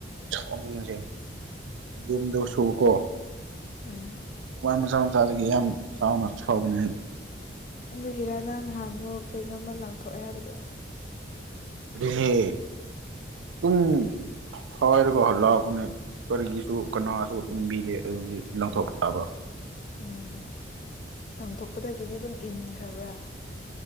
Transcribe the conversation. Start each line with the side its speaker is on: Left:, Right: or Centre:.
Right: ꯁ‌ꯧꯅꯤꯡꯉꯤꯁꯦ ꯌꯨꯝꯗꯁꯨꯎꯀꯣ
Left: ꯎꯝ
Right: ꯋꯥ ꯃꯆꯥ ꯃꯆꯥꯗꯒꯤ ꯌꯥꯝ ꯆꯥꯎꯅ ꯁꯥꯎꯕꯅꯦꯍꯦ
Left: ꯑꯗꯨꯒꯤꯔꯥ ꯅꯪ ꯅꯍꯥꯟꯃꯨꯛ ꯀꯩꯅꯣꯝꯃ ꯂꯪꯊꯣꯛꯑꯦ ꯍꯥꯏꯕꯗꯣ
Right: ꯑꯗꯨꯅꯦ ꯎꯝ ꯍꯥꯏꯔꯒ ꯍꯜꯂꯛꯄꯅꯦ ꯀꯔꯤꯒꯤꯁꯨ ꯀꯅꯥꯁꯨ ꯏꯟꯕꯤꯗꯦ ꯑꯗꯨꯗꯤ ꯂꯪꯊꯣꯛꯄ ꯇꯥꯕ
Left: ꯎꯝ ꯂꯪꯊꯣꯛꯄꯗꯒꯤꯗꯤ ꯑꯗꯨꯝ ꯏꯟꯈ꯭ꯔꯕ꯭ꯔꯥ